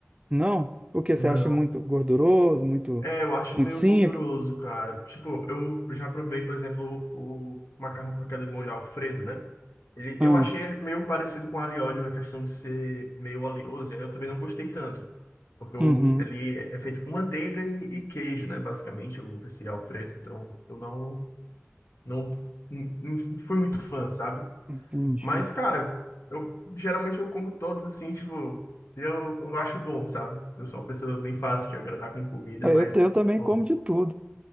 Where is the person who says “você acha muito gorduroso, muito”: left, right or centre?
Right